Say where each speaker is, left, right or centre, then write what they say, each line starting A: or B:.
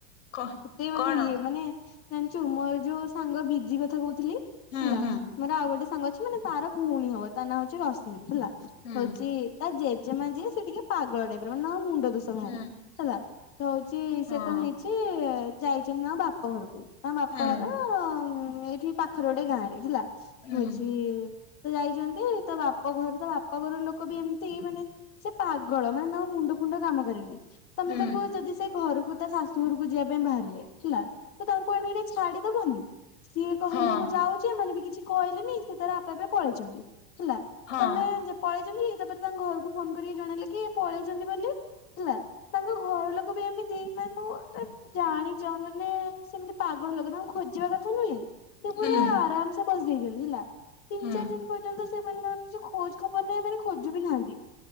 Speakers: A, on the left (about 85°); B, on the left (about 40°).
A: କ
B: ଏତେ ମାନେ
A: କଣ
B: ଇଏ, ମାନେ ଜାଣିଛୁ ମୋର ଯୋଉ ସାଙ୍ଗ ବିଜି କଥା କହୁଥିଲି
A: ହୁଁ
B: ହେଲା,
A: ହୁଁ
B: ମୋର ଆଉ ଗୋଟେ ସାଙ୍ଗ ଅଛି ମାନେ ତାର ଭଉଣୀ ହବ ତା ନାଁ ହଉଛି ରଶ୍ମି ହେଲା।
A: ହୁଁ
B: ହଉଛି ତା ଜେଜେମା ଯିଏ ସେ ଟିକେ ପାଗଳ ଟାଇପ ର ମାନେ ତାଙ୍କ ମୁଣ୍ଡ ଦୋଷ ବାହାରିଚି
A: ହୁଁ
B: ହେଲା। ତ ହଉଛି ସେ
A: ହଁ
B: କଣ ହେଇଛି ଯାଇଛନ୍ତି ତାଙ୍କ ବାପ ଘରକୁ ତାଙ୍କ ବାପା
A: ହୁଁ
B: ଘର ଏଇଠି ପାଖରେ ଗୋଟେ ଗାଁ ରେ ହେଲା,
A: ହୁଁ
B: ହଉଛି ତ ଯାଇଛନ୍ତି ତ, ବାପ ଘର ତ, ବାପ ଘର ଲୋକ ବି ଏମିତି ମାନେ ସେ ପାଗଳ, ମାନେ ତା ମୁଣ୍ଡ ଫୁଣ୍ଡ କାମ କରେନି। ତମେ
A: ହୁଁ
B: ତାକୁ ଯଦି ସେ ଘରକୁ ତା ଶାଶୁଘରକୁ ଯିବା ପାଇଁ ବାହାରିଲେ ହେଲା, ତ ତାଙ୍କୁ ଆଣ ଛାଡିଦବନି, ସିଏ କହିଲେ
A: ହଁ
B: ମୁଁ ଯାଉ ସେମାନେ ବି କିଛି କହିଲେନି, ସେ ତାର ଆପେ ଆପେ ପଳେଇଛନ୍ତି, ହେଲା,
A: ହଁ
B: ତମେ ପଳେଇଛନ୍ତି ଇ ତାପରେ ତାଙ୍କ ଘରକୁ ଫୋନ କରିକି ଜଣେଇଲେ କି ପଳେଇଛନ୍ତି ବୋଲି। ହେଲା, ତାଙ୍କ ଘର ଲୋକ ବି ଏମିତି <unintelligible> ଜାଣିଛ ମାନେ ସେମିତି ପାଗଳ ଲୋକ, ତାଙ୍କୁ ଖୋଜିବା କଥା ନୁହେଁ, ସେ
A: ହୁଁ
B: ପୁରା ଆରାମ ସେ ବସି ଯାଇଛନ୍ତି ହେଲା। ତିନି
A: ହୁଁ
B: ଚାରି ଦିନ ପର୍ଯ୍ୟନ୍ତ ସେମାନେ ତାର ନିଜ ଖୋଜ ଖବର ନାହିଁ ଏମାନେ ଖୋଜ ବି ନାହାନ୍ତି।